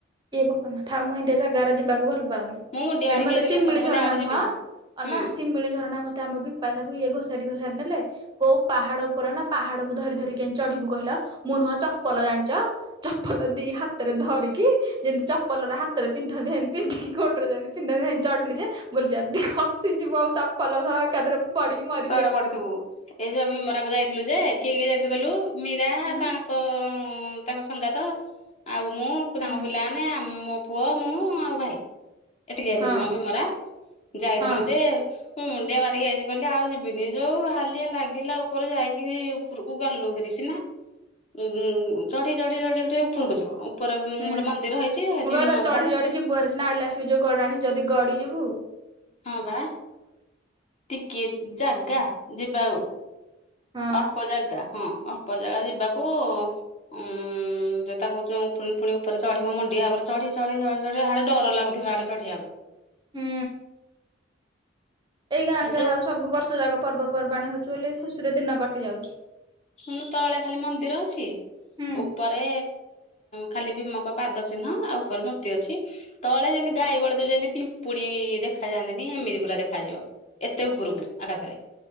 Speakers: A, on the right; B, on the left.
A: ଏ ବୋପା ମା ଥାଉ ଏମିତି ଜାଗାରା ଯିବାକୁ ଭଲ ପାଉନି।
B: ମୁଁ ମୁଣ୍ଡିଆ
A: ଏଠି
B: ମାରିକି
A: ମତେ
B: ଆଇଚିଲୋ
A: ସିମିଳି
B: ଝିଅ ମୁଁ କହିଲି
A: ଝରଣା
B: ଆଉ
A: ନୁହଁ?
B: ଯିବିନି
A: ଅନା
B: ହୁଁ
A: ସିମିଳି ଝରଣା ମତେ ଆମ ବି ପାସାକୁ ଇଏ ଘୋଷାରି ଘୋଷାରି ନେଲେ କୋଉ ପାହାଡ ଉପରେ ନା ପାହାଡକୁୁ ଧରି ଧରି କେମିତି ଚଢିବୁ କହିଲ? ମୁଁ ନୁହଁ ଚପଲ ଜାଣିଚ ଚପଲ ଦି ହାତରେ ଧରିକି ଯେମିତି ଚପଲର ହାତରେ ପିନ୍ଧନ୍ତି, ସେନ୍ତି ପିନ୍ଧିକି ଗୋଡରେ ଯେମିତି ହେଲେ ପିନ୍ଧନ୍ତି ଚଢିଲି ଯେ ମୁଁ କହିଲି ଯଦି ଖସିଯିବ ଆଉ ଚପଲ ସହ ଏକାଥରେ ପଡିକି ମରି
B: ତଳେ ପଡିଥିବୁ ଏଇ ଯୋଉ ଭୀମରାକୁ ଯାଇଥିଲୁ ଯେ, କିଏ କିଏ ଯାଇଥିଲୁ କହିଲୁ? ମୀରା,
A: ହୁଁ
B: ତା ହଁ ତାଙ୍କ ସଙ୍ଗାତ ଆଉ ମୁଁ
A: ହୁଁ
B: ତାଙ୍କ ପିଲା ମାନେ ଆଉ ମୋ ପୁଅ, ମୁଁ ଆଉ ଭାଇ। ଏତିକି ଯାଇଥିଲୁ
A: ହଁ
B: ମ ଭୀମରା ଯାଇଥିଲୁ
A: ହଁ
B: ଯେ, ମୁଁ ମୁଣ୍ଡିଆ ମାରିକି ଯାଇଛି କଲି ଆଉ <unintelligible> ଯୋଉ ହାଲିଆ ଲାଗିଲା ଉପରେ ଯାଇକି ଉପରକୁ ଗଲୁ ହେରି ସିନା ଉ ଚଢି ଚଢି ଚଢି ଉପରକୁ ଯିବ। ଉପରେ <unintelligible>
A: ହୁଁ
B: ଗୋଟେ ମନ୍ଦିର ହେଇଛି ସେଠି
A: ମୁଁ କହିବା
B: ଭୀମଙ୍କ
A: କଥା ଚଢି
B: ପାଦ
A: ଚଢି ଯିବୁ ହେରି ସିନା ଆଇଲା ବେଳକୁ ସେ ଯୋଉ ଗଡାଣି ଯଦି ଗଡି ଯିବୁ
B: ହଁ ବା ଟିକିଏ ଜାଗା ଯିବା ଆଉ।
A: ହଁ
B: ଅଳ୍ପ ଜାଗା ହଁ ଅଳ୍ପ ଜାଗା ଯିବାକୁ ଉଁ ଯଦି ତାକୁ କହୁ ପୁଣି ପୁଣି ଉପରେ ଚଢିବ, ମୁଣ୍ଡିଆ ଉପରେ ଚଢି ଚଢି ଚଢି ଡର ଲାଗୁଥିବ ଆଡେ ଚଢିଆକୁ।
A: ହୁଁ। ଏଇ ଗାଁରେ
B: କିନ୍ତୁ
A: ଯାହା ଆଉ ସବୁ ବର୍ଷ ଯାକ ପର୍ବପର୍ବାଣୀ ହଉଛି ବୋଲି, ଖୁସିରେ ଦିନ କଟି ଯାଉଛି।
B: ଶୁଣନୁ ତଳେ ଖାଲି ମନ୍ଦିର ଅଛି?
A: ହୁଁ
B: ଉପରେ ଖାଲି ଭୀମଙ୍କ ପାଦ ଚିହ୍ନ ଆଉ ଉପରେ ମୂର୍ତ୍ତି ଅଛି। ତଳେ ଯେମିତି ଗାଈ ବଳଦ ଯେମିତି ପିମ୍ପୁଡି ଦେଖା ଯାଆନ୍ତିନି ଏମିତି ପୁରା ଦେଖାଯିବ। ଏତେ ଉପରକୁ ଆକାଶରେ।